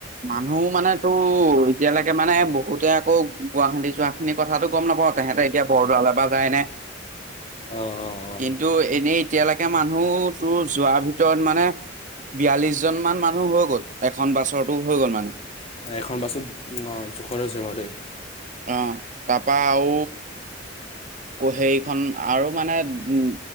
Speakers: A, on the right (about 40°); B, on the left (about 30°).
A: মানুহ মানেতো এতিয়ালৈকে মানে বহুতে আকৌ গুৱাহাটী যোৱা খিনি কথাাতটো গ'ম নাপাওঁ তেহে সিহঁতে এতিয়া বৰদোৱালৰ পৰা যায়নে
B: অঁ অঁ অঁ
A: কিন্তু এনেই তেতিয়া লেকে মানুহ তোৰ যোৱাৰ ভিতৰত মানে বিয়ালিছ জন মান মানুহ হৈ গ'ল এখন বাছৰতো হৈ গ'ল মানুহ
B: এখন বাছত অ' জোখৰ হৈছে বাৰু দেই।
A: অহ তাৰ পৰা আও সেইখন আৰু মানে উ